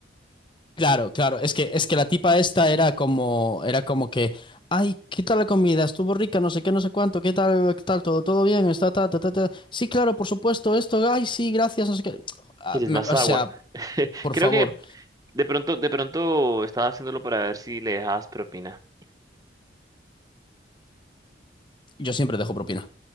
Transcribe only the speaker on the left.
Claro, claro, es que, es que la tipa esta era como, era como que, ay, ¿qué tal la comida? Estuvo rica, no sé qué, no sé cuánto, ¿qué tal, qué tal, todo, todo bien, está, ta, ta, ta, ta. Sí, claro, por supuesto, esto, ay, sí, gracias, no sé qué. Ah,
me-
o
sea, por
favor,
yo siempre dejo propina.